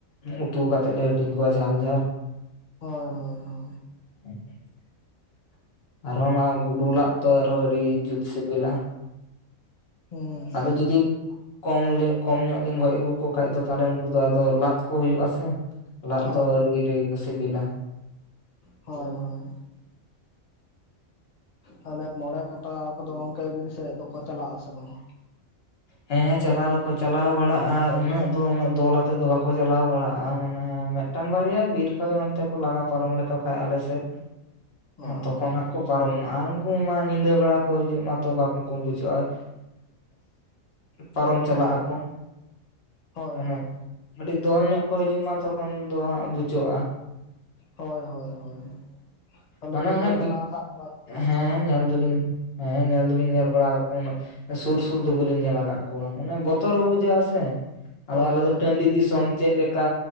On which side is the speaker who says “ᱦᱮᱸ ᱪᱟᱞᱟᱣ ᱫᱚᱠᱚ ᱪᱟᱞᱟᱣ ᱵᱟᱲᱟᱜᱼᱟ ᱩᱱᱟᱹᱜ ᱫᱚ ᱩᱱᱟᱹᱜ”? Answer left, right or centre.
Left